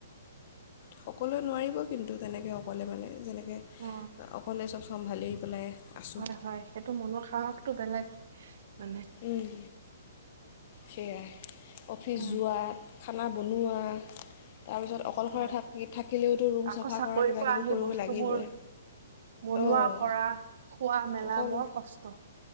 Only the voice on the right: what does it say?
অ
হয় হয় সেইটো মনৰ সাহসটো বেলেগ। মানে
উম
হয়
আকৌ
চাকৰিৰ
পৰা
আহি
বস্তুবোৰ
বনোৱা
কৰা খোৱা মেলা
বৰ কষ্ট